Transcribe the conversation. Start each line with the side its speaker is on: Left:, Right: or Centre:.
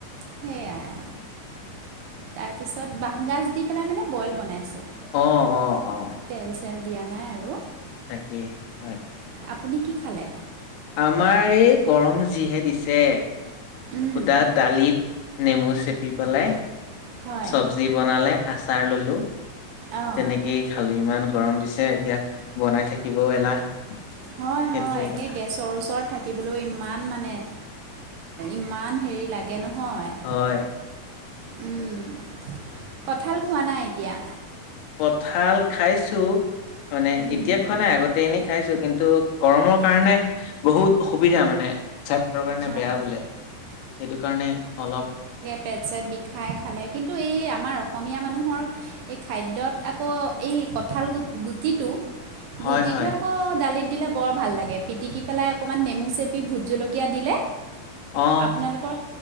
Right: সেইয়াই। তাৰপিছত বাঁহগাজ দি পেলাই মানে বইল বনাইছোঁ।
Left: অহ', অহ'। অহ', অহ'।
Right: তেল-চেল দিয়া নাই আৰু।
Left: তাকে, হয়।
Right: আপুনি কি খালে?
Left: আমাৰ এই গৰম যিহে দিছে,
Right: উম
Left: সুধা দালিত নেমু চেপি পেলাই,
Right: হয়
Left: চব্জি বনালে আচাৰ ললোঁ।
Right: অঁ
Left: তেনেকেই খালোঁ। ইমান গৰম দিছে এতিয়া বনাই থাকিবও এলাহ।
Right: হয়,
Left: সেইটোৱে
Right: হয়। একে
Left: কথা
Right: গেছৰ ওচৰত থাকি থাকিবলৈ ইমান মানে, ইমান হেৰি লাগে নহয়।
Left: হয়।
Right: উম, কঁঠাল খোৱা নাই এতিয়া?
Left: কঁঠাল খাইছোঁ, মানে
Right: উম
Left: এতিয়া খোৱা নাই আগতে তেনেই খাইছোঁ কিন্তু, গৰমৰ কাৰণে বহুত অসুবিধা মানে, স্বাস্থ্যৰ কাৰণে
Right: হয়
Left: বেয়া বোলে। সেইটো কাৰণে অলপ
Right: পেট-চেট বিষাই খালে, কিন্তু এই আমাৰ অসমীয়া মানুহৰ এই খাদ্যত আকৌ এই কঁঠাল গু-গুটিটো
Left: হয়
Right: গুটিটো
Left: হয়
Right: আকৌ দালিত দিলে বৰ ভাল লাগে। পিটিকি পেলাই অকণমান নেমু চেপি ভোট জলকীয়া দিলে,
Left: অ
Right: আপোনালোকৰ